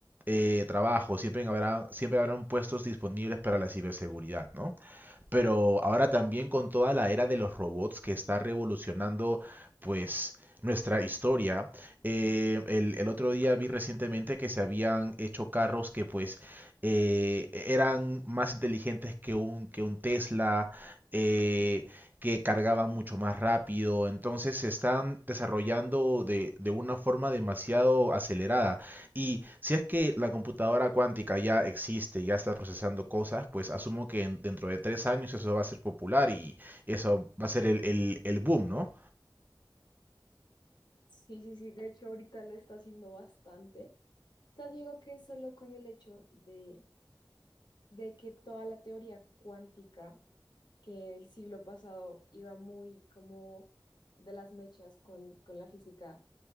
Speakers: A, on the right; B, on the left.
A: eh, trabajo, siempre habrá, siempre habrán puestos disponibles para la ciberseguridad, ¿no? pero ahora también con toda la era de los robots que está revolucionando, pues, nuestra historia. Eh, el, el otro día vi recientemente que se habían hecho carros que, pues, eh, eran más inteligentes que un, que un Tesla, eh, que cargaban mucho más rápido. Entonces se están desarrollando de, de una forma demasiado acelerada. Y si es que la computadora cuántica ya existe, ya está procesando cosas, pues asumo que en- dentro de tres años eso va a ser popular y eso va a ser el, el- el boom, ¿no?
B: Sí, sí, sí. De hecho, ahorita lo está haciendo bastante. O sea, digo que solo con el hecho de, de que toda la teoría cuántica, que el siglo pasado iba muy como de las mechas con, con la física